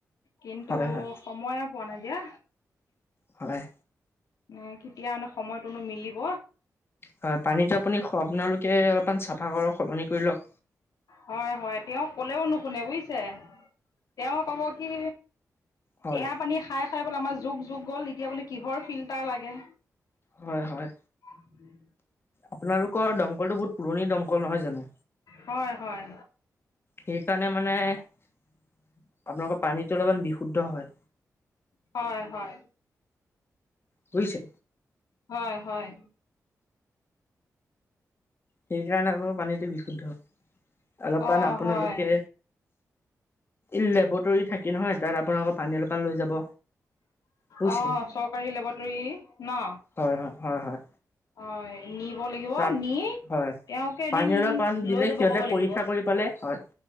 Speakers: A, on the left; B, on the left.
A: কিন্তু
B: হয় হয়
A: সময়ে পোৱা নাইকিয়া।
B: হয়
A: মানে কেতিয়া মানে সময়টোনো মিলিব।
B: হয় পানীতটো আপুনি আপোনালোকে অলপমান চাফা কৰক সলনি কৰি লওক
A: হয় হয় তেওঁ কলেও নুশুনে বুজিছে, তেওঁ কব কি
B: হয়
A: এয়া পানী খাই খাই বোলে আমাৰ যুগ যুগ গল এতিয়া বোলে কিহৰ ফিল্টাৰ লাগে।
B: হয় হয়।
A: উম
B: আপোনালোকৰ দমকলটো বহুত পুৰণি দমকল নহয় জানো।
A: হয় হয়
B: সেইকাৰণে মানে আপোনালোকৰ পানীত অলপমান বিশুদ্ধ হয়।
A: হয় হয়।
B: বুজিছে।
A: হয় হয়।
B: সেই কাৰণে আপোনালোকৰ পানীটো বিশুদ্ধ অলপমান
A: অ',
B: আপোনালোকে।
A: হয়
B: লেবটৰী থাকি নহয় তাত আপোনালোকৰ পানী অলপমান লৈ যাব। বুজিছে।
A: অহ চৰকাৰী লেবৰেটিৰী ন।
B: হয় হয় হয় হয়
A: হয় নিব লাগিব
B: তাত
A: নি
B: হয়
A: তেওঁকে এদিন
B: পানীয়লৰ পাণ দিলে
A: লৈ যাব
B: সিহঁতে
A: ক'ব লাগিব
B: পৰীক্ষা কৰি পালে হয়।